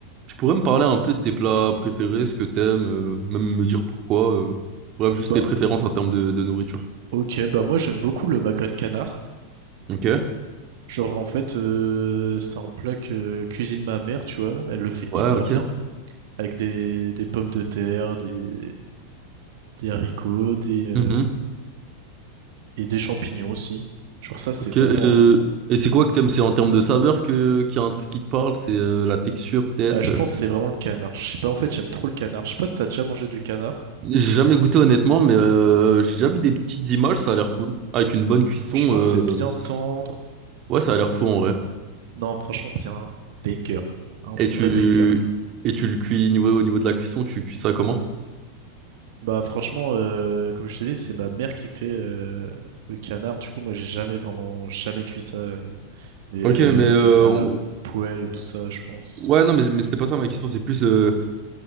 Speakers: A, on the right (about 35°); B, on the right (about 50°).
A: Tu pourrais me parler un peu de tes plats préférés, ce que t'aimes, euh, même me dire pourquoi. euh. Bref, juste
B: Bah,
A: tes préférences en termes de, de nourriture.
B: ok, bah moi j'aime beaucoup le magret de canard.
A: Ok.
B: Genre en fait, euh, c'est un plat que cuisine ma mère, tu vois. Elle le fait
A: Ouais,
B: hyper
A: ok.
B: bien avec des, des pommes de terre, des, des haricots, des, euh,
A: Mhm.
B: et des champignons aussi. Genre ça, c'est
A: Ok.
B: vraiment.
A: euh, et c'est quoi que t'aimes? C'est en termes de saveur que qu'il y a un truc qui te parle? C'est euh, la texture peut-être?
B: Bah, je
A: euh.
B: pense que c'est vraiment le canard. Je sais pas, en fait, j'aime trop le canard. Je sais pas si t'as déjà mangé du canard.
A: J'ai jamais goûté honnêtement, mais euh, j'ai déjà vu des petites images, ça a l'air cool. Avec une bonne cuisson,
B: Franchement,
A: euh,
B: c'est bien
A: c-
B: tendre.
A: ouais, ça a l'air fou en vrai.
B: Non, franchement, c'est un banger. Un
A: Et tu
B: vrai banger.
A: et tu le cuis niveau, au niveau de la cuisson, tu cuis ça comment?
B: Bah franchement, euh, comme je te dis, c'est ma mère qui fait euh, le canard. Du coup, moi, j'ai jamais vraiment jamais cuit ça. euh, Mais
A: Ok,
B: elle
A: mais euh,
B: fait ça
A: on-
B: à la poêle et tout ça, je pense.
A: ouais, non, mais, mais c'était pas ça ma question, c'est plus. euh,